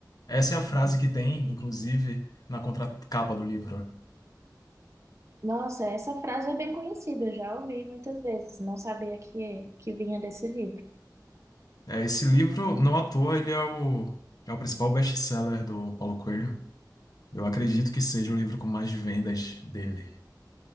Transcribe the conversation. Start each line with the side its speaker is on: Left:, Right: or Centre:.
Left: Essa é a frase
Right: Uhum.
Left: que tem, inclusive, na contracapa do livro.
Right: Nossa, essa frase é bem conhecida, eu já ouvi muitas vezes, não sabia que, é, que vinha desse livro.
Left: É, esse livro, não à toa, ele é o, é o principal best-seller do Paulo Coelho. Eu acredito que seja o livro com mais vendas dele.